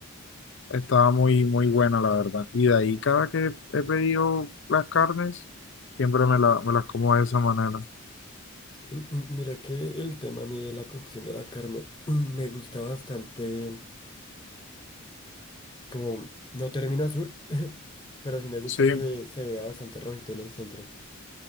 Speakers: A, on the left (about 55°); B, on the left (about 20°).
A: estaba muy, muy buena, la verdad. Y de ahí, cada que he pedido las carnes, siempre me, la- me las como de esa manera.
B: Sí, m- mira que el tema a mí de la cocción de la carne <clears throat> mm, me gusta bastante, como no termino azul, <laughs> pero sí me gusta
A: Sí,
B: que se vea bastante rojita en el centro.